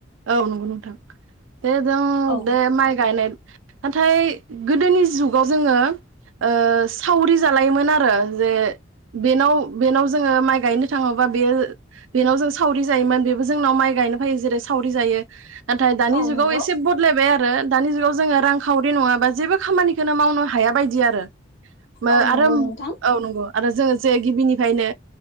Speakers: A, on the right (about 80°); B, on the left (about 80°).
A: औ नंगौ नोंथां। दे जों
B: औ
A: दे माइ गायनाय नाथाय गोदोनि जुगाव जोङो ओ सावरि जालायोमोन आरो जे बेनाव बेनाव जोङो माइ गायनो थाङोबा बे-बेनाव जों सावरि जायोमोन बेबो जोंनाव माइ गायनो फायो जेरै सावरि जायो। नाथाय दानि
B: औ
A: जुगाव
B: नंगौ
A: एसे बदलायबाय आ रो दानि जुगाव जोङो रांखावरि नङाबा जेबो खामानिखौनो मावनो हाया बायदि आरो मो
B: औ नंगौ
A: आरोम
B: नोंथां
A: औ नंगौ। आरो जोङो जे गिबिनिफायनो